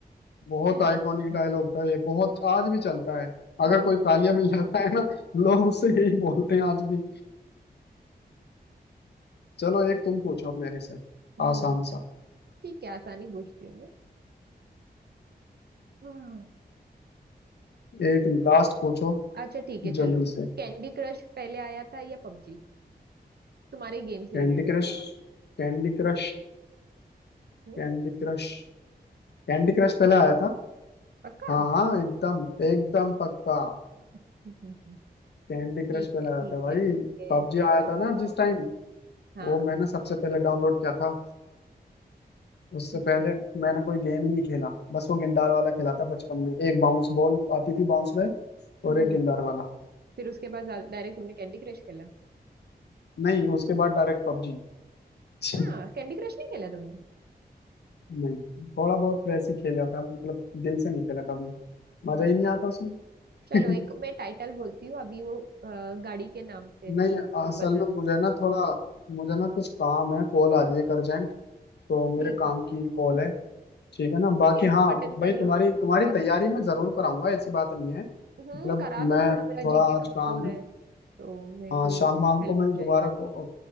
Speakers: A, on the left; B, on the right.
A: बहुत
B: <laughs>
A: आइकॉनिक डायलॉग था ये बहुत आज भी चलता है अगर
B: अब वो
A: कोई
B: तो
A: कालिया
B: है
A: मिल जाता है ना
B: हम्म,
A: लोग उससे यही बोलते हैं आज भी चलो एक तुम पूछो अब मेरे से
B: हम्म,
A: आसान सा
B: ठीक है आसानी पूछती हूँ मैं हाँ
A: एक लास्ट पूछो
B: अच्छा ठीक है चलो
A: जल्दी से
B: कैंडी क्रश पहले आया था या पबजी तुम्हारे गेम से
A: Candy
B: रिलेटेड
A: Crush
B: सवाल
A: Candy Crush
B: हम्म
A: Candy Crush Candy Crush
B: पक्का
A: पहले आया था
B: पक्का
A: हाँ
B: <laughs>
A: हाँ एकदम एकदम पक्का
B: हम्म, हम्म,
A: कैंडी क्रश
B: ठीक
A: पहले
B: है ठीक
A: आया था भाई
B: है ठीक है
A: पबजी
B: सही
A: आया
B: जवाब
A: था ना जिस टाइम
B: हाँ
A: वो मैंने सबसे पहले डाउनलोड किया था उससे
B: ठीक
A: पहले
B: है
A: मैंने कोई गेम ही नहीं खेला बस वो गिंडार वाला खेला था बचपन में एक बाउंस बॉल आती थी बाउंस बैक और
B: हम्म
A: एक गिंडार वाला
B: फिर उसके बाद डायरेक्ट तुमने कैंडी क्रश खेला
A: नहीं उसके बाद डायरेक्ट पबजी <laughs>
B: हाँ कैंडी क्रश नहीं खेला तुमने
A: नहीं थोड़ा बहुत
B: अरे
A: वैसे ही खेला था मतलब दिल से नहीं खेला कभी
B: हम्म।
A: मजा ही नहीं आता उसमें
B: चलो
A: <laughs>
B: एक मैं टाइटल बोलती हूँ अभी वो अ, गाड़ी के नाम से
A: नहीं
B: है तो
A: असल
B: बताना
A: में मुझे ना थोड़ा मुझे ना कुछ काम है कॉल आ रही है अर्जेंट तो
B: ठीक
A: मेरे काम
B: है
A: की कॉल है ठीक है ना
B: ठीक
A: बाकी
B: है तुम
A: हाँ
B: अटेंड
A: भाई
B: कर
A: तुम्हारी
B: लो
A: तुम्हारी
B: बाद
A: तैयारी
B: में
A: मैं जरूर कराऊंगा ऐसी बात नहीं है
B: हम्म
A: मतलब
B: करा दो
A: मैं
B: थोड़ा मेरा
A: थोड़ा
B: जीके
A: आज
B: कमजोर
A: काम है
B: है तो मेरे
A: हाँ
B: को
A: शाम वाम
B: हेल्प
A: को मैं
B: हो जाएगी
A: दोबारा को